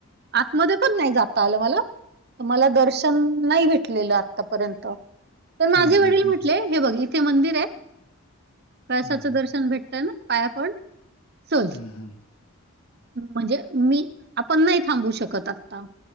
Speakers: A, on the right; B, on the left.
A: आतमध्ये पण नाही जाता आलं मला. मला दर्शन नाही भेटलेलं आतापर्यंत तर माझे
B: हम्म हम्म
A: वडील
B: हम्म
A: म्हटले. हे बघ इथे मंदिर आहे कळसाचं
B: हम्म
A: दर्शन भेटतय ना पाया पड. चल
B: हम्म हम्म
A: म्हणजे मी आपण नाही थांबवू शकत आता.